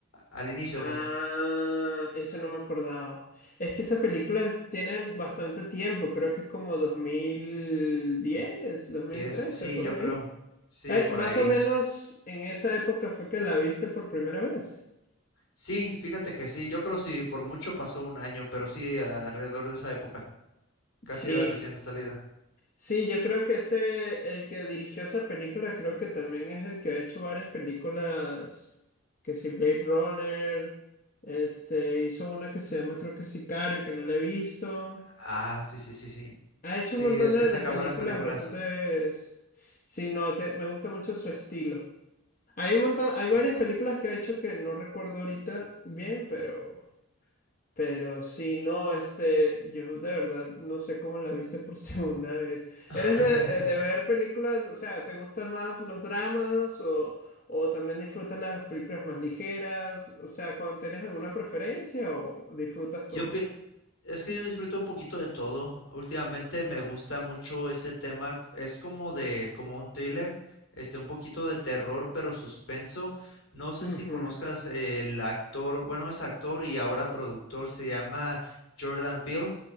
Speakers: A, on the left; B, on the left.
A: Al inicio,
B: Ah,
A: pues.
B: eso no me acordaba. Es que esa película es- tiene bastante tiempo, creo que es como dos dos mil diez dos mil
A: Yes,
B: trece
A: sí,
B: por
A: yo
B: ahí.
A: creo. Sí,
B: Eh,
A: por
B: más
A: ahí.
B: o menos en esa época fue que la viste por primera vez.
A: Sí, fíjate que sí, yo creo sí, por mucho pasó un año, pero sí, alrededor de esa época, casi
B: Sí,
A: era recién salida.
B: sí, yo creo que ese, el que dirigió esa película, creo que también es el que ha hecho varias películas, que si Blade Runner, este, hizo una que se llama, creo que Sicario, que no la he visto.
A: Ah, sí, sí, sí, sí.
B: Ha hecho
A: Sí,
B: un montón
A: es
B: de,
A: que saca
B: de películas
A: buenas películas.
B: bastante... Sí, no, te- me gusta mucho su estilo. Hay un montón,
A: Sí.
B: hay varias películas que ha hecho que no recuerdo ahorita bien, pero... Pero sí, no, este, yo de verdad no sé cómo la viste por <laughs> segunda vez.
A: <laughs>
B: ¿Eres ve- eh, de ver películas, o sea, te gustan más los dramas o, o también disfrutas las películas más ligeras? O sea, ¿cuál- ¿tienes alguna preferencia o disfrutas todo?
A: Yo pi- es que yo disfruto un poquito de todo. Últimamente me gusta mucho ese tema. Es como de, como un thriller, este, un poquito de terror, pero suspenso. No sé
B: Ujú.
A: si conozcas el actor, bueno, es actor y ahora productor, se llama Jordan Peele.